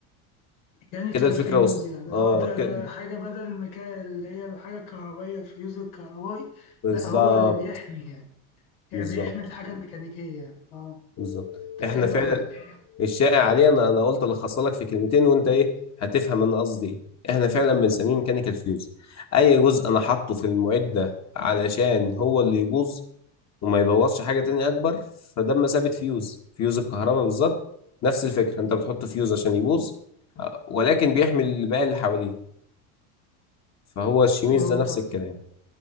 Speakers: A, on the left (about 85°); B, on the left (about 40°).
A: يعني
B: كده
A: كالفيوز
B: الفكره وصلت
A: يعني
B: اه
A: اه ده
B: ك...
A: ده حاجة بدل ما كان اللي هي الحاجة الكهربائية الفيوز الكهربائي
B: بالظبط
A: لا هو اللي بيحمي يعني يعني
B: بالظبط
A: بيحمي الحاجة الميكانيكية يعني اه
B: بالظبط
A: ده
B: احنا
A: حلو
B: فعلا
A: أوي ده
B: الشائع عليه انا انا قلت الخص لك في كلمتين وانت ايه هتفهم انا قصدي ايه احنا فعلا بنسميه ميكانيكال فيوز اي جزء انا حاطه في المعده علشان هو اللي يبوظ وما يبوظش حاجه تانية اكبر فده مثابه فيوز فيوز الكهرباء بالظبط نفس الفكره انت بتحط فيوز عشان يبوظ آه، ولكن بيحمي باقي اللي حواليه فهو الشميز
A: اه
B: ده نفس
A: طب
B: الكلام